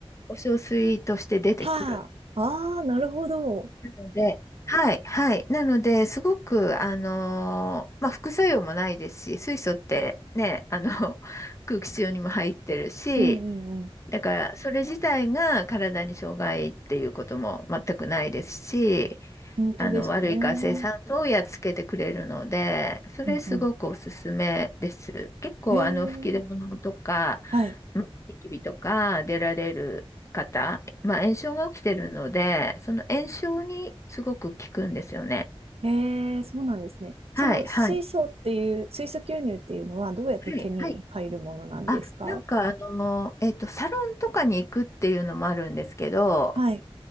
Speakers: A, on the left; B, on the right.
A: お小水として出てくる。
B: はあ、ああ、なるほど。
A: なので、はい、はい。なので、すごく、あのーまあ、副作用もないですし、水素ってね、あの、<laughs> 空気中にも入ってるし、
B: うんうんうん。
A: だから、それ自体が体に障害っていうことも全くないですし、
B: 本当ですね。
A: あの悪い活性酸素をやっつけてくれるので、
B: うん
A: それすごくおすすめです。
B: うん。
A: 結構あの吹き出物とか、
B: へえ、はい。
A: うんニキビとか出られる方、まあ、炎症が起きてるので、その炎症にすごく効くんですよね。
B: へえ、そうなんですね。
A: はい、
B: その水素っていう、
A: はい、
B: 水素吸入っていうのはどうやって手に入るものなんですか
A: はい、はい。あ、なんかあの、えっと、サロンとかに行くっていうのもあるんですけど、
B: はい。